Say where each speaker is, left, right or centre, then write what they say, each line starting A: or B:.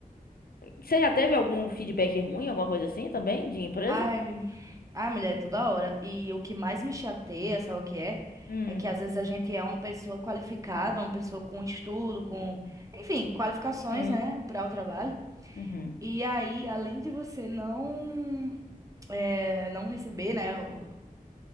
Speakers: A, on the left; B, on the right.
A: Você já teve algum feedback ruim, alguma coisa assim também, de empresa?
B: Ai, ai, mulher, é toda hora. E o que mais me chateia, sabe o que é?
A: Hum.
B: É que às vezes a gente é uma pessoa qualificada, uma pessoa com estudo, com, enfim, qualificações,
A: Uhum.
B: né, para o trabalho.
A: Uhum.
B: E aí, além de você não, é, não receber, né, o-